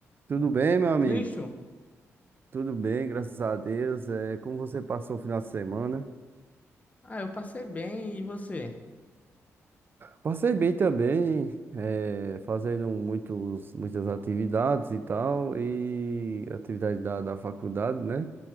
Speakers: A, on the right; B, on the left.
A: Tudo bem, meu amigo?
B: Cristo,
A: Tudo bem, graças a Deus. É, como você passou o final de semana?
B: ah, eu passei bem e você?
A: Passei bem também, é, fazendo muitos, muitas atividades e tal, e atividade da, da faculdade, né?